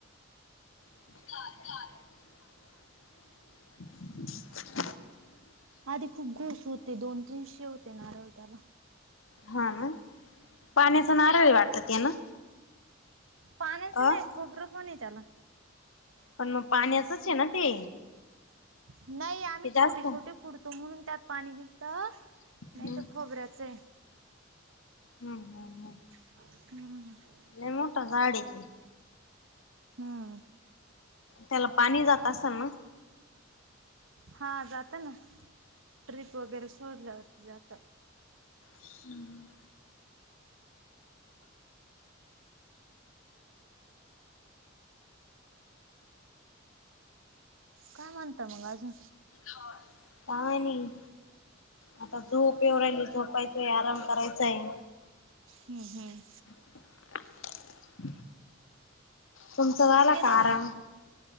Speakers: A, on the left; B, on the right.
A: <inaudible> <inaudible>
B: आधी खूप घोशे होते, दोन तीनशे होते नारळ त्याला.
A: हा मग, पाण्याचा नारळ हाय वाटतं ते ना?
B: पाण्याच नाय
A: अ
B: खोबरंपण हाय त्याला.
A: आणि मग पाण्याचच आहे ना ते?
B: नाही आम्ही
A: ते जास्त
B: छोटे छोटे फुडतो म्हणून त्यात पाणी निघतं.
A: हम्म
B: नाहीतर खोबऱ्याचं हाय.
A: हम्म हम्म हम्म.
B: हां.
A: नाही मोठा झाड आहे ते.
B: हां.
A: त्याला पाणी जात असाल ना?
B: हा जातं ना, ट्रिप वगैरे सोडल्यावरती जातं.
A: हम्.
B: काय म्हणता मग अजून?
A: होय, काय नाही. आता झोप येेव राहिली झोपायचंय, आराम करायचंय.
B: हं हं.
A: <inaudible> तुमच झाला
B: इतक्या लव
A: आराम?